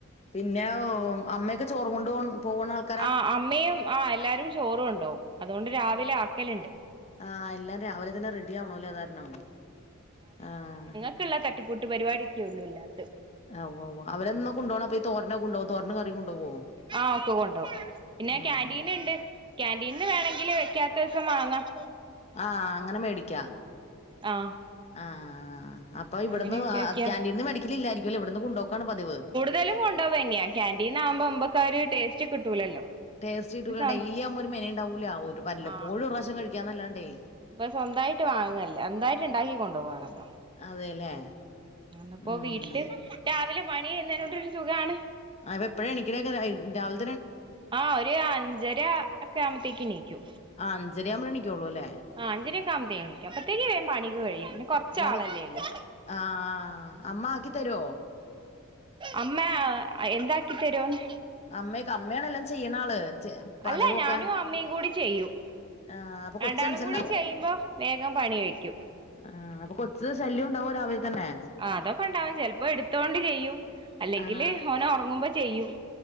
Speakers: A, on the left; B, on the right.
A: പിന്നെ ഓഹ് അമ്മയൊക്കെ ചോറ് കൊണ്ട് പോകണ -
B: ആഹ് അമ്മയും ആഹ് എല്ലാരും ചോറും കൊണ്ടോവും അതുകൊണ്ട് രാവിലെ ആക്കല്ണ്ട്
A: ആഹ് എല്ലാം രാവിലെ തന്നെ റെഡി ആവണല്ലേ അതാരണം ആഹ്
B: ക്കെല്ലാം തട്ടിക്കൂട്ട് പരിപാടിക്കെ ഉള്ളൂ ഏല്ലാം
A: ഉവ്വ് ഉവ്വ അവരെന്തോന്ന കൊണ്ട് പോണേ അപ്പൊ തോരനും കൊണ്ടോവ്വോ തോരനുംകറി കൊണ്ടോവോ
B: ആഹ് ഒക്ക കൊണ്ടോ പിന്നെ
A: ഉം
B: ക്യാന്റീൻ ഉണ്ട് ക്യിന്റീൻന്ന് വേണേങ്കില് വെക്കാത്ത ദിവസം വാങ്ങാം
A: ആഹ് അങ്ങനെ മേടിക്കാ
B: ആ
A: ആഹ്. അ പ്പൊ ഇവട്ന്ന്
B: അങ്ങനെയൊക്കെ
A: ആ
B: വെക്കാ
A: ക്യാന്റീൻന്ന് മെടിക്കലില്ലായിരിക്കും അല്ലെ ഇവട്ന്ന് കൊണ്ടോക്കാണോ പതിവ്
B: തലും കൊണ്ടോവന്ന്യാ. ക്യാൻ്റീൻന്ന് ആവുമ്പം ഇമ്പക്കതൊര് ടേസ്റ്റ് കിട്ടൂലല്ലോ
A: ടേസ്റ്റ് കിട്ടൂല്ല
B: ഇത് സ്വ
A: ഡെയിലി ആവുമ്പോ ഒരു മെനയുണ്ടാവൂല്ല ഒരു വല്ലപോഴും
B: ആ
A: ഒര് രാശ്യം കഴിക്കാന്നല്ലാണ്ടേ
B: ഇപ്പൊ സ്വന്തായിട്ട് വാങ്ങല്ല സ്വന്തായിട്ട് ഉണ്ടാക്കി കൊണ്ടോവാണല്ലോ
A: അതെല്ലേ
B: അന്നപ്പോ
A: ഉം
B: വീട്ടില് രാവിലെ പണി എയ്ന്നേനുണ്ടരു സുഖാണ്.
A: അ അവെ എപ്പഴാ എണിക്കലൊക്കെ രാവിൽ
B: ആഹ് ഒര് അഞ്ചര ഒക്കെ ആവുമ്പോത്തേക്ക് ണീക്കു.
A: ആഹ് അഞ്ചരയാവുമ്പളേ എണീക്കുള്ളൂ അല്ലേ
B: ആഹ് അഞ്ചരൊക്കെ ആകുമ്പഴ്ത്തേക് എണീക്കും അപ്പഴ്ത്തേക്ക് വേൻ പണി ഒക്കെ കഴിയും. പിന്നെ കൊറച്
A: പണി
B: ആളല്ലേ ള്ളു.
A: ആഹ് അമ്മ ആക്കി തരുവോ
B: അമ്മ എന്താക്കിതരോ ന്ന്
A: അമ്മയൊക്കെ അമ്മയാണൊ എല്ലാം ചെയ്യ്ണാള് ചെ പാചകൊക്കെ?
B: അല്ല ഞാനും അമ്മയും കൂടി ചെയ്യും
A: ആഹ് അപ്പൊ
B: രണ്ടാളും
A: കൊച്ച്എണിചിണ്ടാവോ?
B: കൂടി ചെയ്യുമ്പോ വേഗം പണി കഴിക്കും
A: ആഹ്. അപ്പൊ കൊച്ച് ശല്യവുണ്ടാവോ രാവിൽ തന്നെ.
B: ആഹ് അതൊക്കെ ഉണ്ടാവും. ചെലപ്പോ എടുത്തൊണ്ട് ചെയ്യും അല്ലെങ്കില്
A: ആഹ്
B: ഓന് ഒറങ്ങുമ്പ ചെയ്യും